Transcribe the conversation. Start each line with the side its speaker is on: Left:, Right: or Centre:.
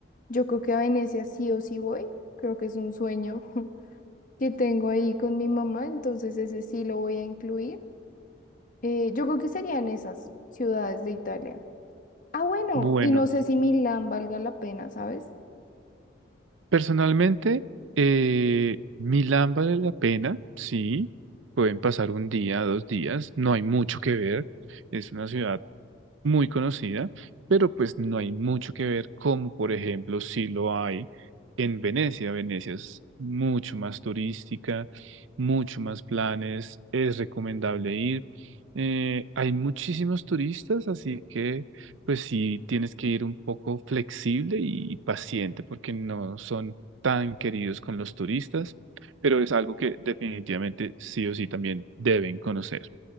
Left: yo creo que a Venecia sí o sí voy, creo que es un sueño <laughs> que tengo ahí con mi mamá, entonces ese sí lo voy a incluir. Eh, yo creo que serían esas ciudades de Italia. Ah, bueno,
Right: Bueno,
Left: y no sé si Milán valga la pena, ¿sabes?
Right: personalmente, eh, Milán vale la pena, sí, pueden pasar un día, dos días, no hay mucho que ver, es una ciudad muy conocida, pero pues no hay mucho que ver como, por ejemplo, si lo hay en Venecia. Venecia es mucho más turística, mucho más planes, es recomendable ir. Eh, hay muchísimos turistas, así que pues sí tienes que ir un poco flexible y paciente porque no son tan queridos con los turistas, pero es algo que definitivamente sí o sí también deben conocer.